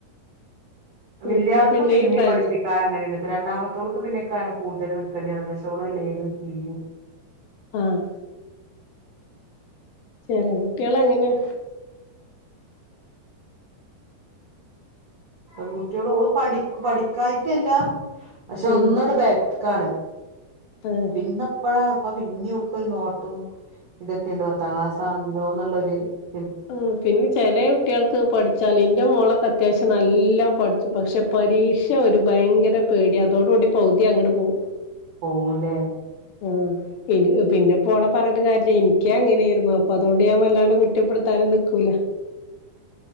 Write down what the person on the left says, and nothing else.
ഇപ്പൊ പിന്നെ
ഈ ട്രാൻസ്
ആഹ് ചെല കുട്ടികള് അങ്ങനെയാ.
ഉം
ആഹ്
ഉം പിന്നെ ചിലേ കുട്ടികൾക്ക് പഠിച്ചാല് എന്റെ മോളൊക്കെ അത്യാവശ്യം നല്ലാം പഠിച്ചു പക്ഷെ പരീക്ഷ ഒരു ഭയങ്കര പേടി അതോടുകൂടി പകുതിയും അങ്ങട്ട് പോവും
ആഹ പിന്നങ്ങ് പിന്നെ ഓളെ പറഞ്ഞിട്ട് കാര്യില്ല എനിക്കാ അങ്ങനെയായിരുന്നു അപ്പൊ അതുകൊണ്ട് ഞാൻ വല്ലാണ്ട് കുറ്റപ്പെടുത്താനും നിക്കൂല